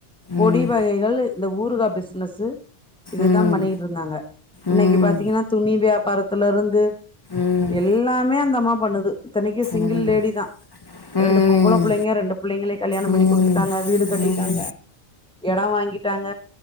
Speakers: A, in the centre; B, on the left.
A: பொடி
B: ம்.
A: வகைகள் இந்த ஊறுகா பிஸ்னஸ்சு இதுதா
B: ம்.
A: பண்ணிட்ருந்தாங்க இன்னைக்கி
B: ம்.
A: பாத்தீங்கன்னா துணி வியாபாரத்துல இருந்து
B: ம்.
A: எல்லாமே அந்த அம்மா பண்ணுது இதனைக்கி சிங்கிள்
B: ம்.
A: லேடி தான்
B: ம்
A: ரெண்டு பொம்பளை பிள்ளைங்க ரெண்டு பிள்ளைங்களும் கல்யண பண்ணி
B: ம்
A: குடுத்துட்டாங்க வீடு கட்டிட்டாங்க
B: ம்
A: எடோ வாங்கிட்டாங்க